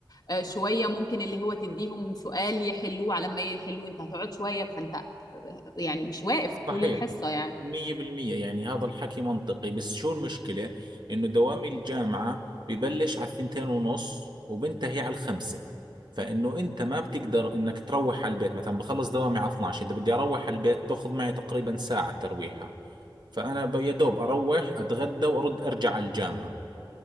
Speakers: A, on the left; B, on the right.
A: آه، شويه ممكن اللي هو تديهم سؤال يحلوه على ما يحلوه انت هتقعد شويه فانت يعني مش واقف
B: صحيح
A: طول الحصه يعني
B: مية بالمية يعني هذا الحكي منطقي بس شو المشكلة إنه دوام الجامعة ببلش على الثنتين ونص وبنتهي على الخمسة فإنه أنت ما بتقدر إنك تروح على البيت مثلا بخلص دوامي على 12 إذا بدي أروح على البيت تأخذ معي تقريبا ساعة ترويحة فأنا ب- يا دوب أروح أتغدى وأرد أرجع على الجامعة